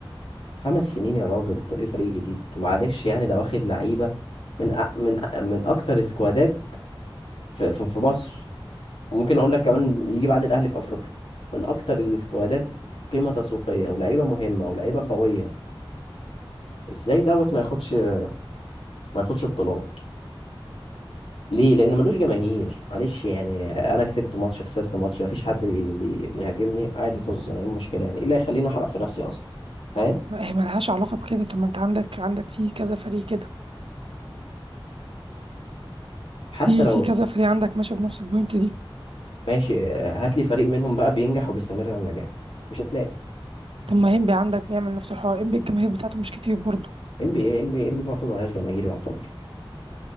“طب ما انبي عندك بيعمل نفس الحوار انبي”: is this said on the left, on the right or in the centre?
Right